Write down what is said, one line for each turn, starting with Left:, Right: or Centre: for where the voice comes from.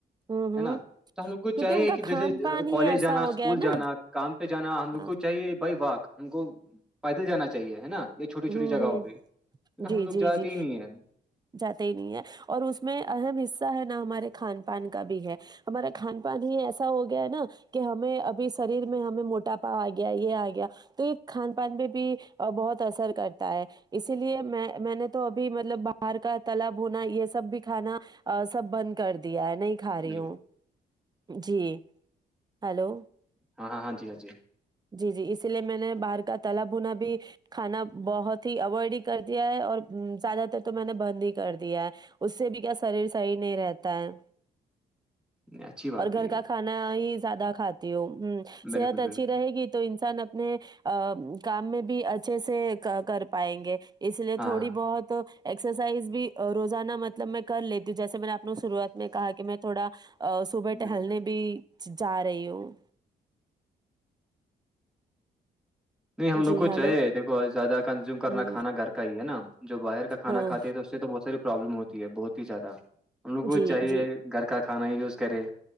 Right: ہوں ہوں
Centre: ہے نا تو ہم لوگ کو
Right: کیونکہ
Centre: چاہیے
Right: ان کا
Centre: کہ جیسے
Right: کھان پان ہی
Centre: کالج
Right: ایسا
Centre: جانا
Right: ہو
Centre: اسکول
Right: گیا ہے
Centre: جانا
Right: نا
Centre: کام پہ جانا ہم لوگ
Right: ہاں
Centre: کو چاہیے بائی واک ہم کو پیدل جانا چاہیے ہے نا یہ چھوٹی چھوٹی
Right: ہوں
Centre: جگہوں
Right: ہوں
Centre: پہ کی
Right: جی،
Centre: ہم لوگ
Right: جی،
Centre: جاتے
Right: جی،
Centre: ہی نہیں ہیں
Right: جاتے ہی نہیں ہے اور اس میں اہم حصہ ہے نہ ہمارے کھان پان کا بھی ہے ہمارا کھان پان ہی ایسا ہو گیا ہے نا کہ ہمیں ابھی شریر میں ہمیں موٹاپا آ گیا یہ آ گیا تو یہ کھان پان پہ بھی بہت اثر کرتا ہے اسی لیے میں میں نے تو ابھی مطلب باہر کا تلا بھونا یہ سب بھی کھانا سب بند کر دیا ہے نہیں کھا رہی
Centre: بالکل
Right: ہوں جی ہیلو
Centre: ہاں ہاں ہاں جی ہاں جی
Right: جی جی اسی لیے میں نے باہر کا تلا بھونا بھی کھانا بہت ہی اوائڈ ہی کر دیا ہے اور زیادہ تر تو میں نے بند ہی کر دیا ہے اس سے بھی کیا شریر صحی نہیں رہتا ہے
Centre: <inaudible> نہیں، اچھی بات
Right: اور گھر
Centre: ہے یہ
Right: کا کھانا ہی زیادہ کھاتی ہو ہ
Centre: بالکل
Right: صحت
Centre: بالکل
Right: اچھی رہے گی تو انسان اپنے کام میں بھی اچھے سے کر پائیں گے اس لیے
Centre: ہاں
Right: تھوڑی
Centre: ہاں
Right: بہت ایکسرسائز بھی روزانہ مطلب میں کر لیتی ہوں جیسے میں نے نے شروعات میں کہا کہ میں تھوڑا صبح ٹہلنے
Centre: بالکل
Right: بھی جا رہی ہوں
Centre: نہیں ہم لوگ
Right: جی
Centre: کو
Right: ہیلو،
Centre: چاہیے دیکھو زیادہ کنزیوم کرنا
Right: ہوں،
Centre: کانا گھر کا ہی ہے نا جو باہر کا کھان
Right: ہاں،
Centre: کھاتے ہیں تو اس سے تو بہت ساری پرابلم ہوتی ہے بہت ہی زیادہ ہم لوگوں کو
Right: جی،
Centre: چاہیے
Right: جی۔
Centre: گھر کا کھانا ہی یوز کرے